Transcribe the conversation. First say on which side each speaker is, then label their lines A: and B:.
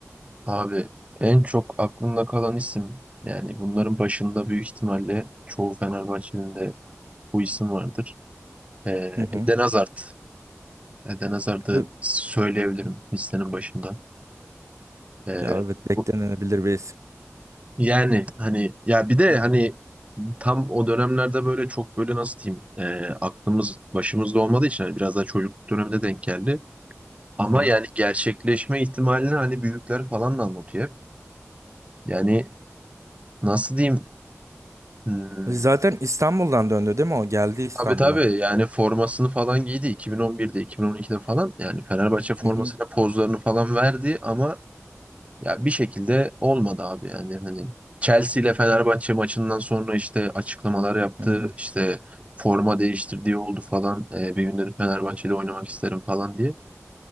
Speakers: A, on the right (about 25°); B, on the right (about 80°).
A: Abi en çok aklımda kalan isim yani bunların başında büyük ihtimalle çoğu Fenerbahçe'nin de bu isim vardır. Ee,
B: Hı hı.
A: Eden Hazard. Eden Hazard'ı
B: Ö-
A: söyleyebilirim listenin başında. Ee,
B: Ya evet
A: bu,
B: beklenebilir bir isim.
A: yani hani ya bir de
B: Hı hı.
A: hani tam o dönemlerde böyle çok böyle nasıl diyeyim ee, aklımız başımızda olmadığı için hani biraz daha çocukluk döneminde denk geldi. Ama
B: Hı hı.
A: yani gerçekleşme ihtimalini hani büyükler falan da anlatıyor hep. Yani nasıl diyeyim? Hmm,
B: Zaten İstanbul'dan döndü değil mi o? Geldi İstanbul'a.
A: tabii tabii yani formasını falan giydi 2011'de 2012'de falan yani Fenerbahçe formasıyla
B: Hı hı.
A: pozlarını falan verdi ama ya bir şekilde olmadı abi yani hani Chelsea ile Fenerbahçe maçından sonra işte açıklamalar yaptı
B: Hı hı.
A: işte forma değiştirdiği oldu falan Ee, bir gün dedi Fenerbahçe'de oynamak isterim falan diye